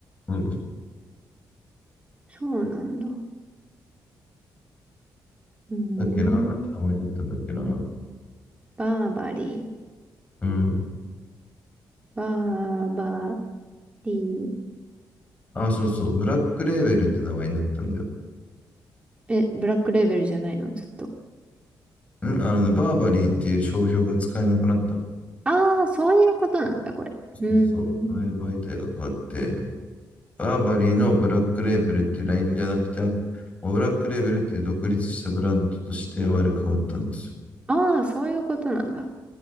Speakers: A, on the left; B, on the right.
A: うん。
B: そうなんだ。うーん。
A: だっけな、なんて名前になったんだっけな。
B: バーバリー。
A: うん。
B: バーバリー。
A: あ、そうそう。ブラックレーベルって名前になったんだよ。
B: え、ブラックレーベルじゃないのずっと。
A: うん。あのね、バーバリーっていう商標が使えなくなったの。
B: ああ、そういうことなんだ、これ。
A: そうそう。
B: うーん。
A: この媒体が変わって、バーバリーのブラックレーベルっていうラインじゃなくて、ブラックレーベルっていう独立したブランドとして我々変わったんです
B: ああ、そういうことなんだ。